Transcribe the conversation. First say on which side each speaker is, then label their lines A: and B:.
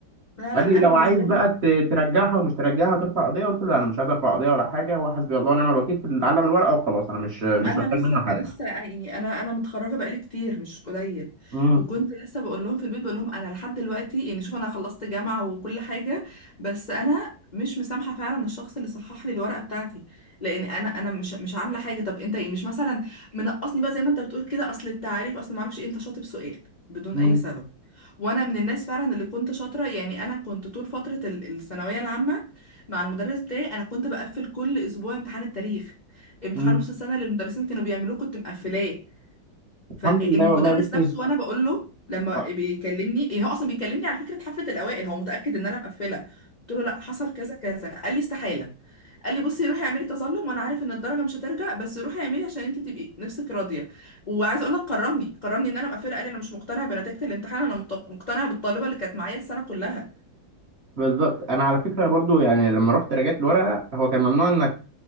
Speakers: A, on the left; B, on the right.
A: لا
B: قال
A: لا انا
B: لي لو
A: بالنسبه
B: عايز
A: لي
B: بقى ت- ترجعها ومش ترجعها ترفع قضيه قلت له لا انا مش عايز ارفع قضيه ولا حاجه هو حسبي الله ونعم الوكيل في العالم الورقه وخلاص انا مش مش
A: انا
B: محتاج
A: لسه
B: منه حاجه
A: لسه يعني انا انا متخرجه بقالي كتير مش قليل
B: امم
A: وكنت لسه بقول لهم في البيت بقول لهم انا لحد دلوقتي يعني شوف انا خلصت جامعه وكل حاجه بس انا مش مسامحه فعلا الشخص اللي صحح لي الورقه بتاعتي لان انا انا مش مش عامله حاجه طب انت ايه مش مثلا منقصني بقى زي ما انت بتقول كده اصل التعريف اصل ما اعرفش ايه انت شاطب سؤال بدون
B: امم
A: اي سبب وانا من الناس فعلا اللي كنت شاطره يعني انا كنت طول فتره ال- الثانويه العامه مع المدرس بتاعي انا كنت بقفل كل اسبوع امتحان التاريخ امتحان
B: امم
A: نص السنه اللي المدرسين كانوا بيعملوه كنت مقفلاه
B: الحمد
A: فالمدرس
B: لله والله يا بنتي
A: نفسه وانا بقول له لما
B: آه.
A: بيكلمني إيه هو اصلا بيكلمني على فكره حفله الاوائل هو متاكد ان انا مقفله قلت له لا حصل كذا كذا قال لي استحاله قال لي بصي روحي اعملي تظلم وانا عارف ان الدرجه مش هترجع بس روحي اعملي عشان انت تبقي نفسك راضيه وعايزه اقول لك كرمني كرمني ان انا مقفله قال لي انا مش مقتنع بنتيجه الامتحان انا مت- مقتنع بالطالبه اللي كانت معايا السنه كلها
B: بالظبط انا على فكره برضو يعني لما رحت راجعت الورقه هو كان ممنوع انك